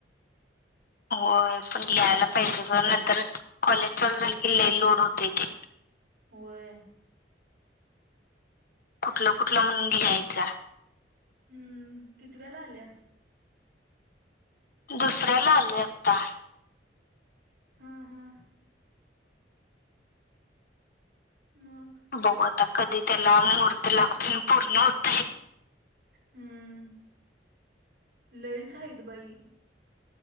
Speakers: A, on the left; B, on the right.
A: होय.. पण लिहायला पाहिजे ग नंतर कॉलेज चालू झाल की लई लोड होतय तेे.
B: होय..
A: कुठल कुठल म्हणली ल्यायच?
B: हम्म किती वेला आल्यास
A: दुसऱ्या ला आलू आत्ता
B: हा हा मग
A: तो बत आता कधी त्याला मुहूर्त लागून पूर्ण होतय
B: हम्म लईचईत बाई